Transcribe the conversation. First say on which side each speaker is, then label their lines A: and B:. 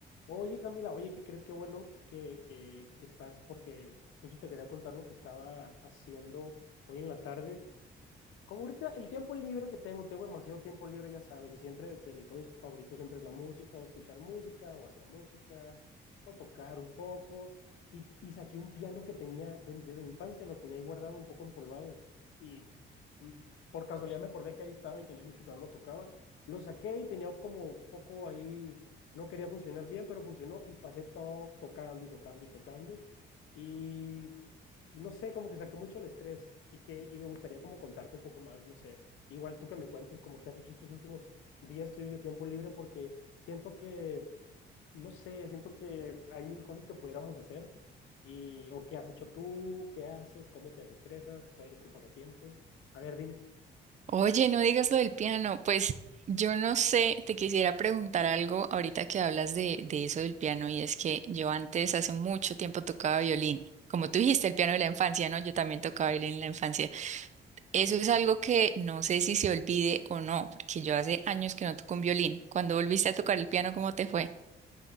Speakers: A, on the left; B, on the right.
A: Oye, Camila, oye, ¿qué crees? Qué bueno que, que, que estás, porque justo te quería contar lo que estaba haciendo hoy en la tarde. Como ahorita el tiempo libre que tengo, tengo demasiado tiempo libre, ya sabes, y siempre de mis hobbies favoritos siempre es la música, o escuchar música, o hacer música, o tocar un poco. Y, y saqué un piano que tenía de- desde mi infancia, lo tenía ahí guardado un poco empolvado. Y mm, por casualidad me acordé que ahí estaba y tenía mucho que no lo tocaba. Lo saqué y tenía como un poco ahí, no quería funcionar bien, pero funcionó y pasé to- tocando y tocando y tocando. Y y no sé, como que saqué mucho el estrés y que y me gustaría como contarte un poco más, no sé. Igual tú que me cuentes como que has hecho estos últimos días tuyos de tiempo libre porque siento que, no sé, siento que hay mil cosas que pudiéramos hacer y o qué has hecho tú, qué haces, cómo te desestresas, cuál es tu pasatiempo. A ver, dime.
B: Oye, no digas lo del piano. Pues yo no sé, te quisiera preguntar algo ahorita que hablas de, de eso del piano y es que yo antes, hace mucho tiempo, tocaba violín. Como tú dijiste, el piano de la infancia, ¿no? Yo también tocaba violín en la infancia. Eso
A: Wow.
B: es algo que no sé si se olvide o no, porque yo hace años que no toco un violín. Cuando volviste a tocar el piano, ¿cómo te fue?